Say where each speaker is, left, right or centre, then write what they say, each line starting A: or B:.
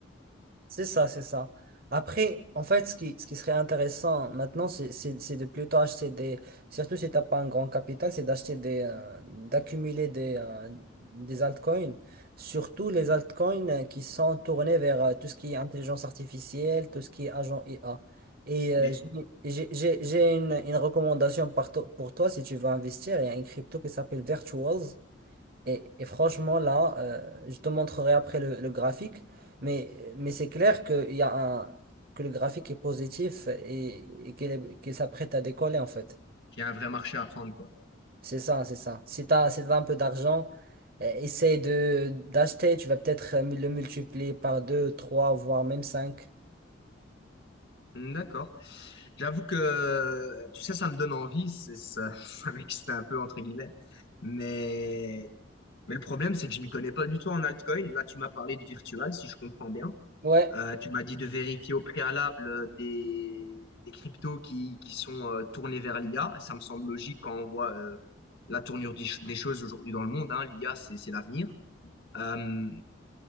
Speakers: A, on the right (about 50°); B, on the left (about 65°).
A: c'est ça, c'est ça. Après, en fait, ce qui, ce qui serait intéressant maintenant, c'est c'est- c'est de plutôt acheter des, surtout si t'as pas un grand capital, c'est d'acheter des, euh, d'accumuler des, euh, des altcoins, surtout les altcoins euh, qui sont tournés vers euh, tout ce qui est intelligence artificielle, tout ce qui est agent IA. Et euh,
B: Mais
A: j'ai j'ai- j'ai- j'ai une, une recommandation par to- pour toi si tu veux investir. Il y a une crypto qui s'appelle Virtuals. Et, et franchement, là, euh, je te montrerai après le, le graphique, mais, mais c'est clair que, il y a un, que le graphique est positif et, et qu'il est- qu'il s'apprête à décoller, en fait.
B: il y a un vrai marché à prendre, quoi.
A: C'est ça, c'est ça. Si tu as, si t'as un peu d'argent, euh, essaye de d'acheter, tu vas peut-être euh, le multiplier par 2, 3, voire même 5.
B: Hmm, D'accord. J'avoue que tout ça, ça me donne envie, c'est ça, <laughs> ça m'excite un peu entre guillemets. Mais, mais le problème, c'est que je m'y connais pas du tout en altcoin. Là, tu m'as parlé de virtual, si je comprends bien.
A: Ouais.
B: Euh, tu m'as dit de vérifier au préalable euh, des, des cryptos qui, qui sont euh, tournés vers l'IA. Ça me semble logique quand on voit euh, la tournure des, ch- des choses aujourd'hui dans le monde. hein. L'IA, c'est c'est l'avenir. Euh,